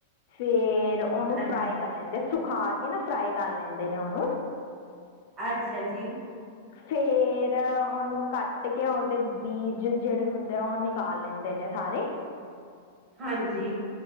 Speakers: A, on the left (about 55°); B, on the right (about 20°).
A: ਫੇਰ ਉਨੂੰ
B: ਹਾਂਜੀ
A: ਫਰਾਈ ਕਰ ਲੈਂਦੇ, ਸੁਖਾ ਕੇ ਨਾ ਫਰਾਈ ਕਰ ਲੈਂਦੇ ਨੇ ਉਨੂੰ।
B: ਅੱਛਾ ਜੀ।
A: ਫੇਰ ਉਨੂੰ ਕੱਟ ਕੇ ਨਾ ਉਦੇ ਬੀਜ ਜਿਹੜੇ ਹੁੰਦੇ ਆ ਓ ਨਿਕਾਲ ਲੈਂਦੇ ਨੇ ਸਾਰੇ।
B: ਹਾਂਜੀ।